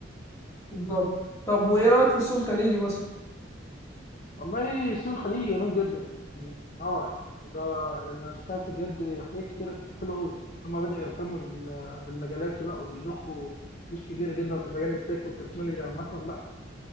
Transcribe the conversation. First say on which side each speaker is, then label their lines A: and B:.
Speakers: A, on the left; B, on the left.
A: بالظبط طب وايه رايك في السوق الخليجي مثلا
B: والله سوق الخليج جميل جدا يعني اه يعني ده انا سمعت بجد حاجات كتير حلوه قوي هما بدأوا يهتموا بال- بالمجالات لا وبيضخوا فلوس كبيره جدا في مجال التك والتكنولوجيا عامه لا